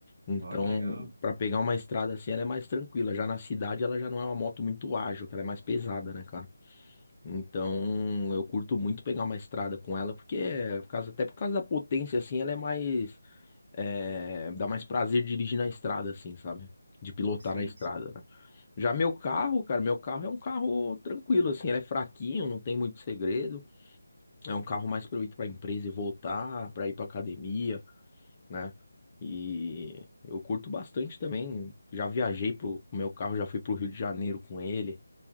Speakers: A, on the left; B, on the right.
A: Então,
B: Ó, que legal.
A: pra pegar uma estrada assim, ela é mais tranquila. Já na cidade, ela já não é uma moto muito ágil, que ela é mais pesada, né, cara? Então, eu curto muito pegar uma estrada com ela, porque é, por causa, até por causa da potência, assim, ela é mais, é, dá mais prazer dirigir na estrada, assim, sabe? De pilotar
B: Sim,
A: na estrada,
B: sim.
A: né? Já meu carro, cara, meu carro é um carro tranquilo, assim, ele é fraquinho, não tem muito segredo. É um carro mais para eu ir para empresa e voltar, para ir para academia, né? E eu curto bastante também. Já viajei pro o meu carro, já fui pro Rio de Janeiro com ele,